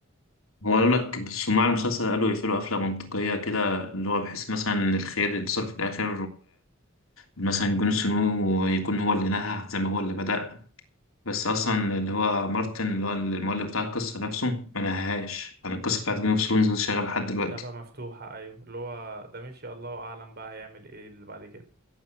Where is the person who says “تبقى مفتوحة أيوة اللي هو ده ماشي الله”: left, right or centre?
Right